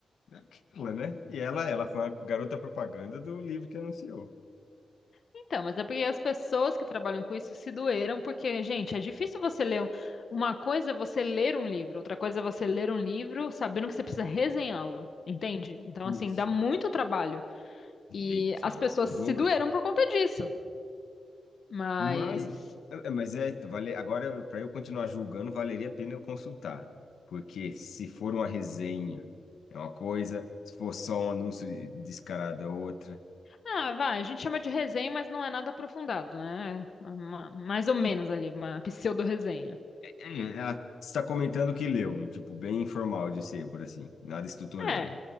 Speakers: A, on the left; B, on the left.
A: é aquela, né? E ela, ela foi a garota propaganda do livro que anunciou.
B: Então, mas é porque as pessoas que trabalham com isso se doeram, porque, gente, é difícil você ler um- uma coisa é você ler um livro, outra coisa é você ler um livro sabendo que você precisa resenhá-lo, entende? Então, assim,
A: Isso.
B: dá muito trabalho.
A: Sei,
B: E
A: sei.
B: as pessoas
A: O dobro.
B: se doeram por conta disso. Mas
A: Mas, é, mas é, vale, agora, para eu continuar julgando, valeria a pena eu consultar. Porque se for uma resenha, é uma coisa, se for só um anúncio descarado, é outra.
B: Ah, vai, a gente chama de resenha, mas não é nada aprofundado, né? É uma- mais ou menos ali, uma pseudo-resenha.
A: É, ela está comentando o que leu, um tipo bem informal de ser, por assim, nada estruturado.
B: É,